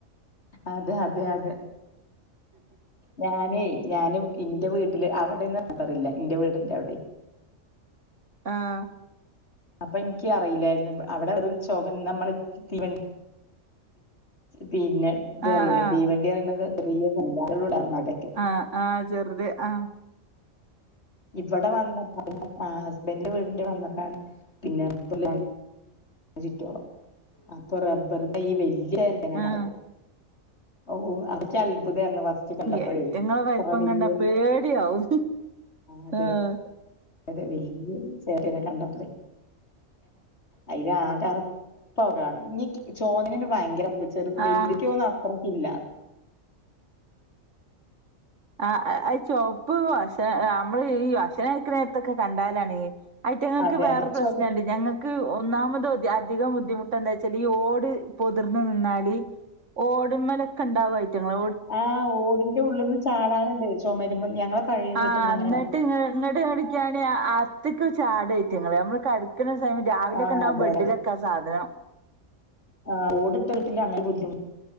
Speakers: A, on the left; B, on the right.
A: അതെ അതെ അതെ ഞാനേ ഞാൻ ഇന്റെ വീട്ടില് അവിടെന്നും അങ്ങനെ പറില്ല ഇന്റെ വീടിന്റെ അവിടെ
B: ആഹ
A: അപ്പൊ ഇനിക്ക് അറിയില്ലായിരുന്നു അവിടെ വെറും ചൊകന്ന നമ്മള് തീവണ്ടി പിന്നെ ഇത്
B: ആഹ്
A: അറിയില്ലേ
B: ആഹ്
A: തീവണ്ടി പറയുന്നത് <unintelligible> അവിടൊക്കെ
B: ആ ആഹ് ചെറുത് ആ
A: ഇവിടെ വന്നപ്പോ ഹസ്ബൻന്റെ വീടിന്റെ വന്നപ്പ ആണ് പിന്നെ <unintelligible> ചുറ്റോറം അപ്പൊ റബ്ബർതൈ വലിയ ഇനങ്ങൾ
B: ആഹ്
A: കാണത് ഓ അത് ഇന്കി അത്ഭുതേര്ന്ന് ഫസ്റ്റ് കണ്ടപ്പഴേ
B: അയിറ്റിങ്ങളെ
A: ഇത്ര
B: വലിപ്പം
A: വല്യ
B: കണ്ട പേടിയവും
A: അതെ
B: ആഹ്
A: അതെ വല് ഒരു ചേരട്ടെനെ കണ്ടപ്പളെ അത് ആകെ അറപ്പവും കാണുമ്പൊ ഇനി ചോന്നല് ഭയങ്കര ചെറു വലുതിക്കി
B: ആഹ്
A: തോന്നും അത്രക്കി ഇല്ലാന്ന്
B: ആ അ ചുവപ്പ് വശ നമ്മള് ഈ ഭക്ഷണം കയിക്ക്ണ നേരത്ത് ഒക്കെ കണ്ടാലാണ് അറ്റിങ്ങക്ക്
A: അതെ
B: വേറെ
A: അതെ ചൊക
B: പ്രശ്നണ്ട് ഞങ്ങക്ക് ഒന്നാമത് അധികം ബുദ്ധിമുട്ട് എന്താ വെച്ചാൽ ഈ ഓട് പൊതിർന്ന് നിന്നാല് ഓടുമ്മെലൊക്കെ ഉണ്ടാവും അയിറ്റിങ്ങൾ
A: ആ് ഓടിന്റെ ഉള്ളിൽന്ന് ചാടാറുണ്ട് ചുമരുമ്മെ ഞങ്ങളെ പഴയ
B: ആഹ്
A: വീട്ടിൽന്ന് അങ്ങനെ
B: ഇന്നിട്ട് ഇന്നിട്ട് നോക്ക്യാണി അകത്ത്ക്ക് ചാടും അയിറ്റിങ്ങൾ നിക്കുന്ന സമയം രാവിലൊക്കെ
A: ആ
B: ഉണ്ടാവും
A: അതെ
B: ബെഡിലൊക്കെ ആ സാധനം
A: ആഹ് ഓട് ഇട്ട വീട്ടില് അങ്ങനെ ബുദ്ധിമു